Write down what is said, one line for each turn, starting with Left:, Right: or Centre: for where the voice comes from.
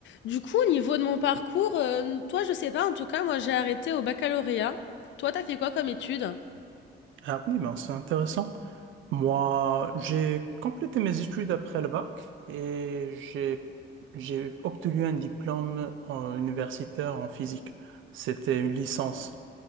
Left: Du coup, au niveau de mon parcours, euh, toi, je sais pas, en tout cas, moi, j'ai arrêté au baccalauréat. Toi, t'as fait quoi comme études
Right: Ah oui, ben c'est intéressant. Moi, j'ai complété mes études après le bac et j'ai j'ai obtenu un diplôme en- universitaire en physique. C'était une licence.